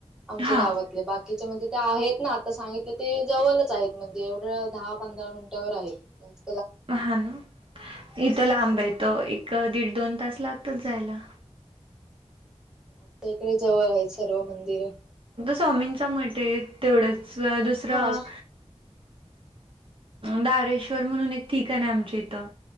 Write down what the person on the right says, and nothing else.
हा
हा ना इथं लांब
येतो एक दीड दोन तास लागतात जायला.
स्वामींच मठ ये तेवढंच दुसरं
दारेश्वर म्हणून एक ठिकाण आहे आमच्या इथं